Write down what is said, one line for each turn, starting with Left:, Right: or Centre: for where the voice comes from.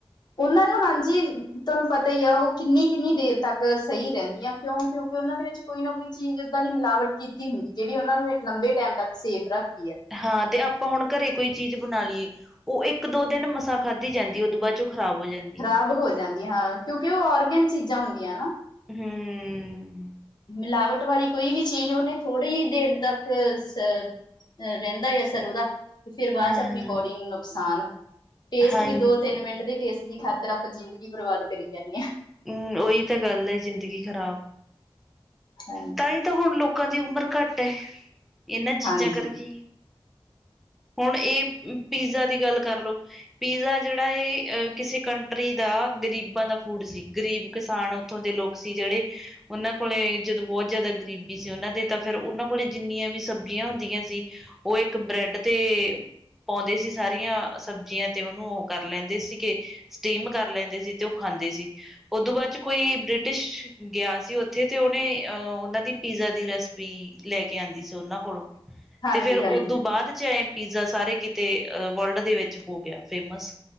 Left: ਉਹਨਾਂ ਨੂੰ ਹਾਂਜੀ ਤੁਹਾਨੂੰ ਪਤਾ ਹੀ ਆ ਉਹ ਕਿੰਨੀ ਕਿੰਨੀ ਦੇਰ ਤੱਕ ਸਹੀ ਰਹਿੰਦੀਆਂ ਕਿਉਂ ਕਿਉਂਕਿ ਉਹਨਾਂ ਦੇ ਵਿੱਚ ਕੋਈ ਨਾ ਕੋਈ ਚੀਜ਼ ਦਾਂ ਦੀ ਮਿਲਾਵਟ ਕੀਤੀ ਹੁੰਦੀ ਜਿਹੜੀ ਉਹਨਾਂ ਨੂੰ ਲੰਬੇ ਟਾਈਮ ਤੱਕ ਸੇਫ ਰੱਖਦੀ ਹੈ
Centre: ਹਾਂ ਤੇ ਆਪਾਂ ਹੁਣ ਘਰੇ ਕੋਈ ਚੀਜ਼ ਬਣਾ ਲਈਏ ਉਹ ਇੱਕ ਦੋ ਦਿਨ ਮਸਾਂ ਖਾਧੀ ਜਾਂਦੀ ਉਦੋਂ ਬਾਅਦ ਚ ਉਹ ਖਰਾ ਹੋ ਜਾਂਦੀ
Left: ਖ਼ਰਾਬ
Centre: ਹੈ
Left: ਹੋ ਜਾਂਦੀਆਂ ਹਾਂ ਕਿਉਂਕਿ ਉਹ ਔਰਗੈਨਿਕ ਚੀਜ਼ਾਂ ਹੁੰਦੀਆਂ ਨਾ
Centre: ਹਮ
Left: ਮਿਲਾਵਟ ਵਾਲੀ ਕੋਈ ਵੀ ਚੀਜ਼ ਉਹਨੇ ਥੋੜ੍ਹੀ ਹੀ ਦੇਰ ਤੱਕ ਅ ਰਹਿੰਦਾ ਆ ਸਰ ਉਹਦਾ ਤੇ ਫਿਰ ਬਾਅਦ
Centre: ਹਾਂ
Left: ਚ ਆਪਣੀ
Centre: ਹਾਂ
Left: ਬੋਡੀ ਨੂੰ ਨੁਕਸਾਨ ਟੇਸਟ
Centre: ਹਾਂ
Left: ਵੀ ਦੋ ਤਿੰਨ ਮਿੰਟ ਦੇ ਟੇਸਟ ਦੀ ਖਾਤਰ ਆਪਾਂ ਜ਼ਿੰਦਗੀ ਬਰਬਾਦ ਕਰੀ ਜਾਂਦੇ ਹਾਂ
Centre: ਹਮ ਉਹੀ ਤਾਂ ਗੱਲ ਹੈ ਜ਼ਿੰਦਗੀ ਖ਼ਰਾਬ
Left: ਹਾਂ ਹਾਂਜੀ
Centre: ਤਾਂ ਹੀ ਤਾਂ ਹੁਣ ਲੋਕਾਂ ਦੀ ਉਮਰ ਘੱਟ ਇਹਨਾਂ ਚੀਜ਼ਾਂ
Left: ਹਾਂਜੀ
Centre: ਕਰਕੇ ਹੁਣ ਇਹ ਪੀਜ਼ਾ ਦੀ ਗੱਲ ਕਰਲੋ ਪੀਜ਼ਾ ਜਿਹੜਾ ਇਹ ਅਹ ਕਿਸੇ ਕੰਟਰੀ ਦਾ ਗ਼ਰੀਬਾਂ ਦਾ ਫੂਡ ਸੀ ਗਰੀਬ ਕਿਸਾਨ ਉੱਥੋਂ ਦੇ ਲੋਕ ਸੀ ਜਿਹੜੇ ਉਹਨਾਂ ਕੋਲੇ ਜਦੋਂ ਬੌਤ ਜੈਦਾ ਗਰੀਬੀ ਸੀ ਓਹਨਾਂ ਦੇ ਤਾਂ ਫੇਰ ਓਨਾਂ ਕੋਲ ਜਿੰਨੀਆਂ ਵੀ ਸਬਜ਼ੀਆਂ ਹੁੰਦੀਆਂ ਸੀ। ਔ ਇੱਕ ਬ੍ਰੈਡ ਤੇ ਪੌੰਦੇ ਸੀ ਸਾਰੀਆਂ ਸਬਜ਼ੀਆਂ ਤੇ ਓਹਨੂੰ ਓਹ ਕਰ ਲੈਂਦੇ ਸੀਗੇ। ਸਟੀਮ ਕਰ ਲੈਂਦੇ ਸੀ ਤੇ ਓਹ ਖਾਂਦੇ ਸੀ। ਉਦੋਂ ਬਾਦ ਚ ਕੋਈ ਬ੍ਰਿਟਿਸ਼ ਗਿਆ ਸੀ ਔਥੇ ਤੇ ਔ ਣੇ ਅਹ ਓਹਨਾਂ ਦੀ ਪੀਜ਼ਾ ਦੀ ਰੈਸਪੀ ਲੈ ਕੇ ਆੰਦੀ ਸੀ ਓਹਨਾਂ ਕੋਲੋਂ
Left: ਹਾਂਜੀ
Centre: ਤੇ ਫੇਰ ਉਦੋਂ
Left: ਹਾਂਜੀ
Centre: ਬਾਦ ਚ ਏ ਪੀਜ਼ਾ ਸਾਰੇ ਕਿਤੇ ਵਰਲਡ ਦੇ ਵਿੱਚ ਹੋ ਗਿਆ ਫੇਮਸ।